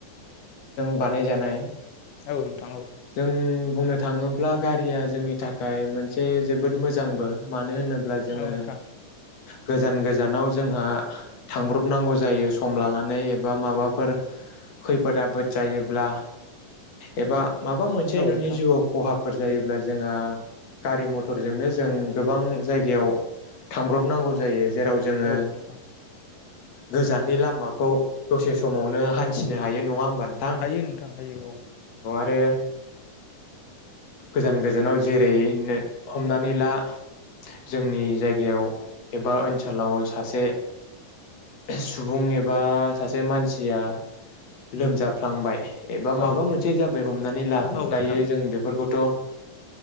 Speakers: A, on the left (about 55°); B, on the left (about 80°).
A: बानाय जानाय
B: औ नोंथां औ
A: जों बुंनो थाङोब्ला गारिया जोंनि थाखाय मोनसे जोबोद मोजांबो मानो होनो ब्ला जोङो
B: औ नोंथां
A: गोजान गोजानाव जोंहा थांब्रब नांगौ जायो सम लानानै एबा माबाफोर खैफोद आफोद जायोब्ला एबा माबा मोनसे
B: औ
A: नोंनि
B: नोंथां
A: जिउआव खहाफोर जायोब्ला जोंहा गारि मथरजोंनो जों गोबां जायगायाव थांब्रबनांगौ जायो जेराव जोङो
B: औ नोंथां
A: गोजाननि लामाखौ दसे समावनो हान्थिनो हायो नङा होमबा नोंथां
B: हायो नोंथां हायो औ
A: आरो गोजान गोजानाव जेरै नो हमनानै ला जोंनि जायगायाव एबा ओनसोलाव सासे सुबुं एबा सासे मानसिया लोमजाब फ्लांबाय एबा
B: औ
A: माबा मोनसे जाबाय हमनानै ला
B: औ
A: दायो
B: नोंथां
A: जों बेफोरखौथ